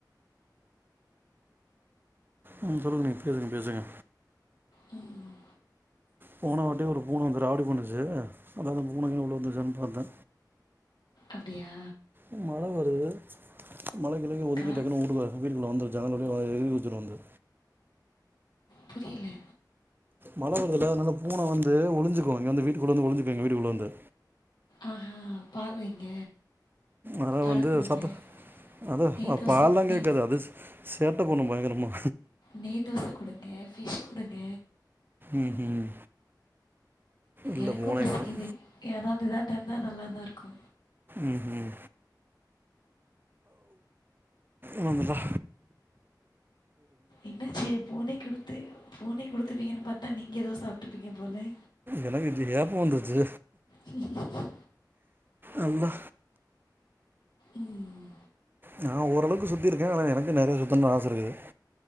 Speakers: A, on the right (about 30°); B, on the left (about 80°).
A: ம் சொல்லுங்க நீங் பேசுங்க பேசுங்க
B: ம்
A: போன வாட்டி ஒரு பூன வந்து ராவுடி பண்ணிச்சி அதா அந்த பூன கீன உள்ள வந்துச்சான் பாத்தே
B: அப்டியா
A: ம் மழ வருது மழைக்கிழைக்கி ஒதுக்கி
B: கா
A: டக்குன்னு ஊட்டுகார் வீட்டுக்குள்ள வந்துரு ஜன்னல் வழியா எகிரி குதிச்சுரு வந்து
B: புரியல
A: மழ வருதுல அதனால பூன வந்து ஒழிஞ்சிக்கு இங்க வந்து வீட்டுக்குள்ளந்து ஒழிஞ்சிக்கு எங்க வீட்டுக்குள்ள வந்து
B: ஆஹா பால் வைங்க
A: ஆனா
B: பழம்
A: வந்து
B: கொடுங்க
A: சத்த அது
B: நெய்
A: அ
B: தோசை
A: பால்லா
B: நெய்
A: கேக்காது அது சேட்ட பண்ணு பயங்கரமா
B: நெய் தோச குடுங்க ஃபிஷ் குடுங்க
A: ம் ம் இல்ல
B: எனக்கு
A: பூனைய
B: பசிக்குது
A: காணோம்
B: யாராது எதாது தந்தா நல்லா தா இருக்கு
A: ம் ம் வந்துட்டா
B: என்னாச்சி பூனை குடுத்து பூனை குடுத்துருவீங்கன் பாத்தா நீங்க எதோ சாப்ட்டுப்பீங்க போல
A: எனக்குஞ்ச ஏப்போ வந்துச்சி
B: உஹம் உஹ்ம
A: அல்லா
B: ம்
A: நா ஓரளவுக்கு சுத்திருக்கே ஆனா எனக்கு நெறைய சுத்தனு ஆச இருக்கு